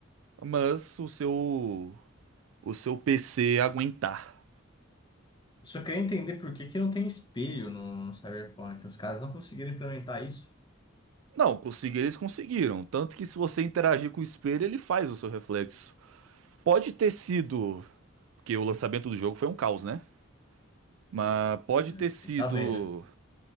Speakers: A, on the right; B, on the left.
A: mas o seu, o seu PC aguentar.
B: Eu só queria entender por que que não tem espelho no, no Cyberpunk. Os caras não conseguiram implementar isso.
A: Não, conseguir eles conseguiram. Tanto que se você interagir com o espelho, ele faz o seu reflexo. Pode ter sido, porque o lançamento do jogo foi um caos, né? Mas pode
B: Eu
A: ter sido
B: Fiquei sabendo.